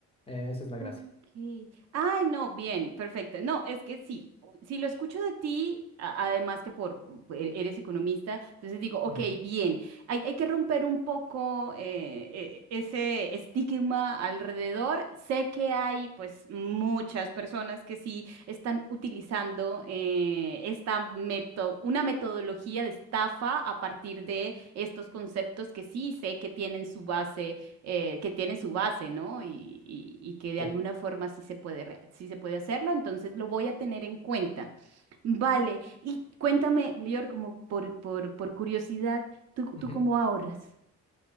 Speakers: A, on the left; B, on the right.
A: Eh, esa es la gracia.
B: Ok. Ay, no, bien, perfecto. No, es que sí, o- si lo escucho de ti, a- además que por e- eres economista, entonces digo, ok,
A: Ujú,
B: bien, hay, hay que romper un poco eh, e- ese estigma alrededor. Sé que hay pues muchas personas que sí están utilizando eh, esta meto- una metodología de estafa a partir de estos conceptos que sí sé que tienen su base eh, que tienen su base, ¿no? Y, y- y que de
A: Sí.
B: alguna forma sí se puede, rea- sí se puede hacerlo, entonces lo voy a tener en cuenta. Vale, y cuéntame, Lior, como por, por, por curiosidad, ¿tú,
A: Ujú.
B: tú cómo ahorras?